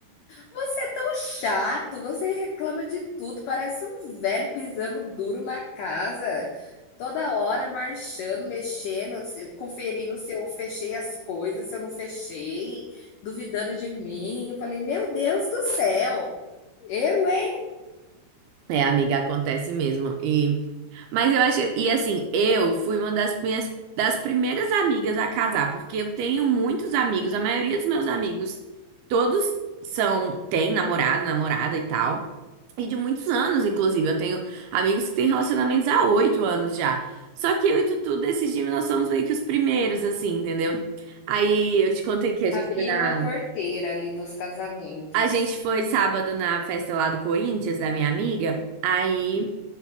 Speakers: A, on the left (about 85°); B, on the right (about 80°).
A: você é tão chato, você reclama de tudo, parece um velho pisando duro na casa, toda hora marchando, mexendo, conferindo se eu fechei as coisas, se eu não fechei, duvidando de mim. Eu falei: meu Deus do céu, eu, hein?
B: É, amiga, acontece mesmo. E mas eu achei, e assim, eu fui uma das minhas das primeiras amigas a casar, porque eu tenho muitos amigos, a maioria dos meus amigos todos são têm namorado, namorada e tal. E de muitos anos, inclusive, eu tenho amigos que têm relacionamentos há oito anos já. Só que eu e Tutu decidimos, nós somos meio que os primeiros, assim, entendeu? Aí eu te contei que a gente
A: Abriram
B: foi na.
A: a porteira ali dos casamentos.
B: A gente foi sábado na festa lá do Corinthians, da minha amiga. Aí